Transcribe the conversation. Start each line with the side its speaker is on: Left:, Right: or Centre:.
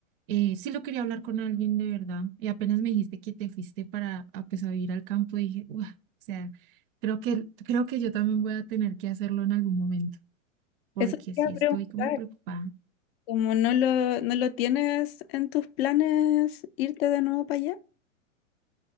Right: eh, sí lo quería hablar con alguien de verdad, y apenas me dijiste que te fuiste para, a, pues, a vivir al campo, dije, "Uah", o sea, creo que, creo que yo también voy a tener que hacerlo en algún momento, porque
Left: Eso te
Right: sí
Left: iba a
Right: estoy
Left: preguntar.
Right: como preocupada.
Left: Como no lo, no lo tienes en tus planes irte de nuevo para allá.